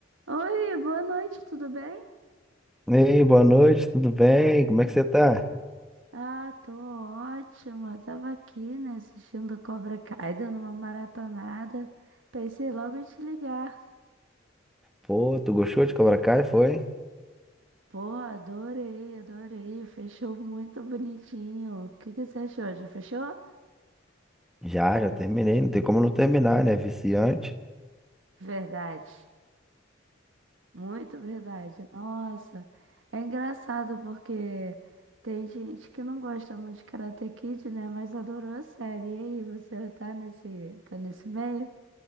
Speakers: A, on the right; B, in the centre.
A: Oi, boa noite, tudo bem?
B: Ei, boa noite, tudo bem? Como é que você tá?
A: Ah, tô ótima. Tava aqui, né, assistindo Cobra Kai, dando uma maratonada. Pensei logo em te ligar.
B: Pô, tu gostou de Cobra Kai, foi?
A: Pô, adorei, adorei. Fechou muito bonitinho. O que que você achou? Já fechou?
B: Já, já terminei, não tem como não terminar, né? Viciante.
A: Verdade. Muito verdade. Nossa, é engraçado porque tem gente que não gosta muito de Karate Kid, né, mas adorou a série. E aí, você tá nesse, tá nesse meio?